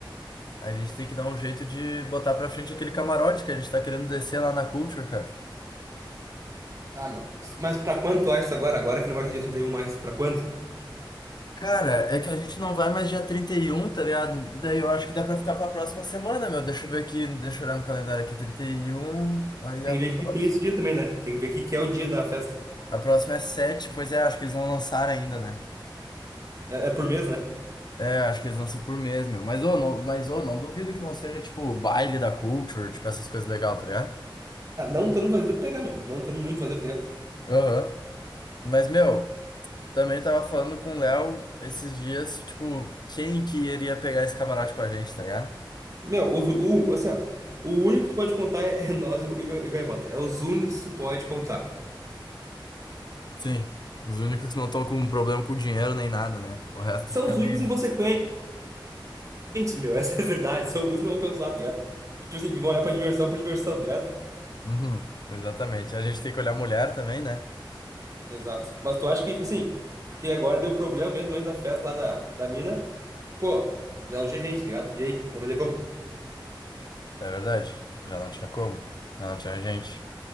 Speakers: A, on the left; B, on the right.
A: a gente tem que dar um jeito de botar pra frente aquele camarote que a gente tá querendo descer lá na Culture, cara.
B: Ah, meu. Mas pra quanto tu acha isso agora? Agora que não vai ser dia 31, mais. Pra quanto?
A: Cara, é que a gente não vai mais dia 31, tá ligado? Daí eu acho que dá pra ficar pra próxima semana, meu. Deixa eu ver aqui, deixa eu olhar no calendário aqui. 31, aí
B: Tem
A: a
B: que
A: próxima.
B: ver o que que tem esse dia também, né? Tem que ver o que que é o dia da festa.
A: A próxima é 7. pois é, acho que eles não lançaram ainda, né?
B: É, é por mês, né?
A: É, acho que eles lançam por mês, meu. Mas, ô, não, mas, ô, não duvido que não seja, tipo, baile da culture, tipo, essas coisas legais, tá ligado?
B: Ah, não tando vazio, dá pra pegar, meu. Não tando muito vazio, tá ligado?
A: Aham. Mas, meu, também tava falando com o Léo esses dias, tipo, quem que iria pegar esse camarote com a gente, tá ligado?
B: Meu, os, o, assim, ó. O único que tu pode contar é, é nós e o, e o Ga- e o Gaivota. É os únicos que tu pode contar.
A: Sim. Os únicos que não estão com problema com dinheiro nem nada, né? O resto
B: São
A: fica
B: os
A: meio.
B: únicos inconsequentes, meu. <laughs> Essa é a verdade. São os únicos que não vão pensar, tá ligado? Que, tipo assim, que vão olhar pra diversão por diversão, tá ligado?
A: Uhum. Exatamente. A gente tem que olhar a mulher também, né?
B: Exato. Mas tu acha que, tipo assim, porque agora deu problema mesmo antes da festa lá da, da mina. Pô, já não tinha gente, tá ligado? E aí, vamos fazer como?
A: É verdade. Já não tinha como. Já não tinha gente.